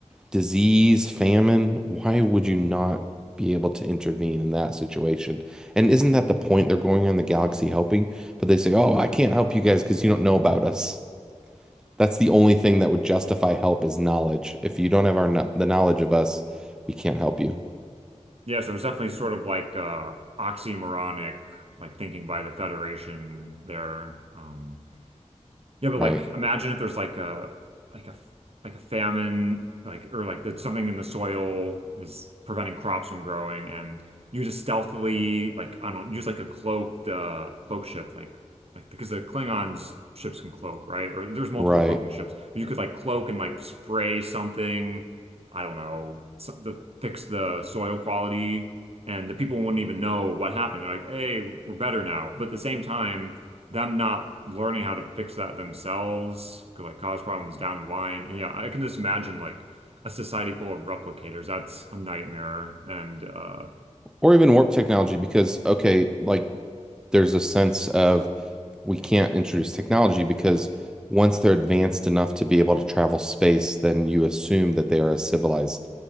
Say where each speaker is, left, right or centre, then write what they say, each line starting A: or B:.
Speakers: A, in the centre; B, on the right.
A: disease, famine, why would you not be able to intervene in that situation? And isn't that the point? They're going around the galaxy helping, but they say, "Oh, I can't help you guys because you don't know about us." That's the only thing that would justify help is knowledge. If you don't have our kno- the knowledge of us, we can't help you.
B: Yeah, so it's definitely sort of like uh oxymoronic, like thinking by the Federation there. Um, Yeah, but
A: Right.
B: like imagine if there's like a like a like a famine, like or like that something in the soil is preventing crops from growing, and you just stealthily like I don't use like a cloaked uh, cloak ship, like like because the Klingons ships can cloak, right? Or there's multiple
A: Right.
B: cloaking ships, but you could like cloak and like spray something, I don't know, so, the fix the soil quality, and the people wouldn't even know what happened. They're like, hey, we're better now, but at the same time them not learning how to fix that themselves could like cause problems down the line. And yeah, I can just imagine like a society full of replicators. That's a nightmare. And uh
A: Or even warp technology because okay, like there's a sense of we can't introduce technology because once they're advanced enough to be able to travel space, then you assume that they are a civilized